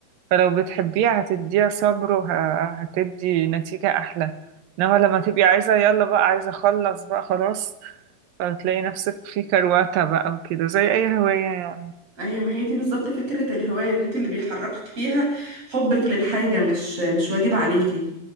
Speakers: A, on the right; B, on the right.
A: فلو بتحبيها هتديها صبر وهتدي نتيجة أحلى إنما لما تبقي عايزة يلا بقى عايزة أخلص بقى خلاص فتلاقي نفسك في كرواتة بقى وكده زي أي هواية يعني
B: أيوة ما هي دي بالظبط فكرة الهواية إن انت اللي بيحركك فيها حبك للحاجة مش مش واجب عليكي